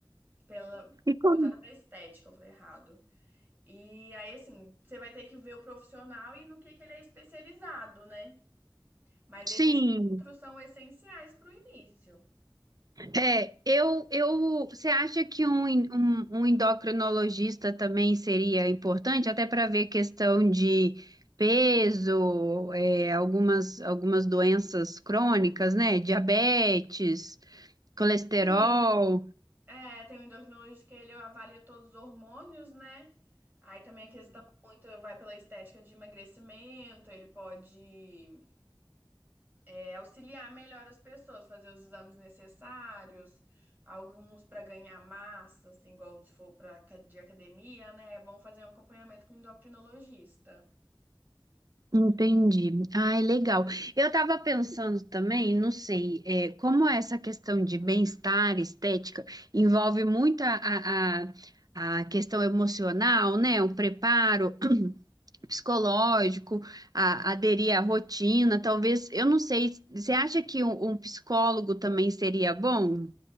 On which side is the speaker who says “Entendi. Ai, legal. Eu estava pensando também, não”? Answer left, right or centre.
Right